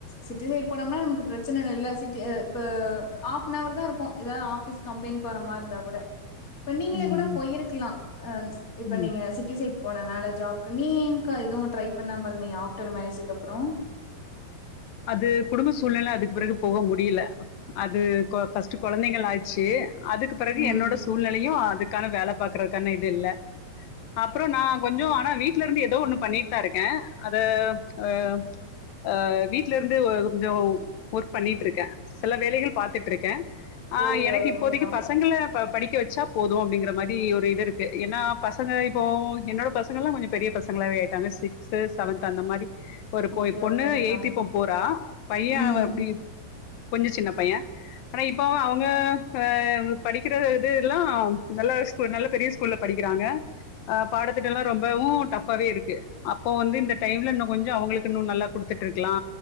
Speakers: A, on the left; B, on the left.
A: சிட்டி சைட் போனோம்னா நமக்கு பிரச்சனைக இல்ல சிட்டி இப்ப ஆஃப்னவர் தா இருக்கு ஏதா ஆ ஸ் கம்பெனி போற மார்ருந்தா கூட இப்ப நீங்களே
B: ம், ம்,
A: கூட போய்ருக்கலா ஆ இப்ப
B: ம்.
A: நீங்க சிட்டி சைட் போனனால ஜாப்க்கு நீங் ஏன்க்கா எதுவு ட்ரை பண்ணாமருந்தீங்க ஆஃப்டர் மேரேஜ்க்கப்றோ
B: அது குடும்ப சூழ்நில அதுக்கு பிறகு போக முடில அது கொ கொழந்தைகள் ஆய்ச்சு அதுக்கு பெறகு
A: ம்
B: என்னோட சூழ்நிலையு அது கான வேல பாக்குறதுக்கான இது இல்ல அப்றோ நா கொஞ்சோ ஆனா வீட்லருந்து எதோ ஒண்ணு பண்ணிட்தாருக்கே அது ஆ ஆ வீட்லருந்து கொஞ்சோ ஒர்க் பண்ணிட்ருக்கே சில வேலைகள் பாத்துட்ருக்கே ஆ
A: ஓகே
B: எனக்கு
A: ஓகேங்க்கா
B: இப்போதைக்கி பசங்ள ப்ப படிக்க வச்சா போது அப்டிங்கற மாரி ஒரு இது இருக்கு ஏனா பசங்க இப்போ என்னோட பசங்கல்லா கொஞ்சோ பெரிய பசங் பசங்ளாவே ஆய்ட்டாங்க சிக்ஸ்த்து செவன்த்து அந்த மாரி ஒரு போய்
A: ஓகே
B: பொண்ணு
A: ஓகேங்க்கா
B: எய்த்து இப்போ தா பையே
A: ம்
B: அவ அப்டி கொஞ்சொ சின்ன பையே ஆனா இப்ப அவுங்க ஆ படிக்கிற இதுல்லா நல்ல ப்ப நல்லா பெரிய ஸ்கூல்ல படிக்கிறாங்க ஆ பாடத்திட்டோலா ரொம்பவு டஃப்ஃபாவேருக்கு அப்போ வந்து இந்த டைம்ல இன்னு கொஞ்சோ அவுங்களுக்கு இன்னு நல்லா குடுத்துட்ருக்கலா